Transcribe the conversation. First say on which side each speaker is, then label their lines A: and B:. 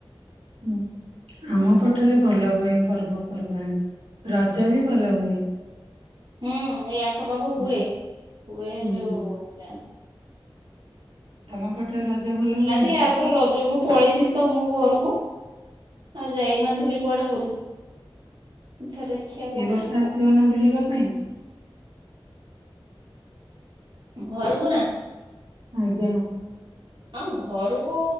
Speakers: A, on the right; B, on the right.
A: ହୁଁ ଆମ ପଟରେ
B: ଆଉ
A: ଭଲ ହୁଏ। ପର୍ବପର୍ବାଣି। ରଜ
B: ହୁଁ
A: ବି ଭଲ ହୁଏ।
B: ହୁଁ ଏଇଆ ଖ ବାକୁ
A: ହୁଁ
B: ହୁଏ ହୁଏ
A: ହୁଁ
B: ଯଉ ଜା
A: ତମ ପଟ ପଟ ରଜ ଭଲ
B: ଯାଆନ୍ତି
A: ହୁଏ ନା?
B: ଆରଥର ରଜକୁ ପଳେଇଥିଲି ତ ମୁଁ ଘରକୁ ଆଉ ଯାଇନଥିଲି କୁଆଡ଼େ ବୁଲି। ଏଥର ଦେଖିବା କୁଆଡେ
A: ଏ ବର୍ଷ
B: ଯିବା।
A: ଆସିବ ନା ବୁଲିବା ପାଇଁ?
B: ଘରକୁ ନା?
A: ଆଜ୍ଞା।
B: ଆଉ ଘରକୁ